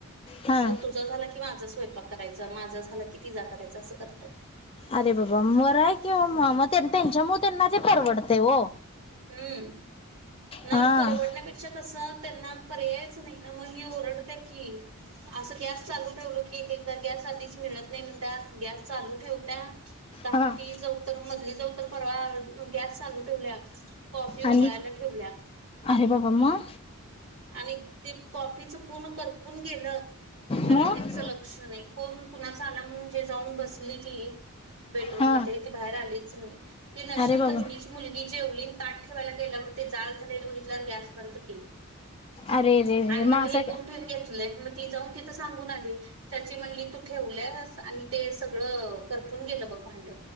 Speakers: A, on the left; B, on the right.
A: हा.
B: मग तु तुझं झाला की माझा स्वयपाक करायचं, माझा झाला कि तिझा करायच, असं करतात.
A: अरे बाबा बरं हाय कि वो म म तेच्या ते च्यामूळ त्यांना ते परवडतयं वो.
B: हम्म नाही
A: हा.
B: परवडन्या पे कस त्यांना पर्यायचं नाही ना म हि ओरडत्या की असं गॅस चालू ठेवलं की एक एकदा गॅस आधीच मिळत नाही म्हणत्यात गॅस चालू ठेवत्या धाकटी
A: हा.
B: जाऊ तर मधली जाऊ तर परवा गॅस चालू ठेवल्या कॉफी उकळायला
A: आणि
B: ठेवल्या.
A: अरे बाबा मग?
B: आणि ते कॉपीच पूर्ण करपून गेलं तरी
A: मग
B: त्याचं लक्ष नाही. फोण कुणाचा आला म्हणून जे जाऊन बसली ती बेडरूम
A: हा.
B: मध्ये ती बाहेर आलीच नाही. ती नशीब
A: अरे बाबा.
B: बहिणीची मुलगी जेवली ताठ ठेवायला गेला मग ते जाळ झालेले बघितल्यावर गॅस बंद केली.
A: अरे रे
B: आणि
A: रे मग
B: म्हणले
A: असं
B: हे कोण
A: का
B: ठेवून घेतलंय मग ती जाऊन तिथं सांगून आली. चाची म्हणली तू ठेवल्यास आणि ते सगळं करपून गेलं बगं भांडं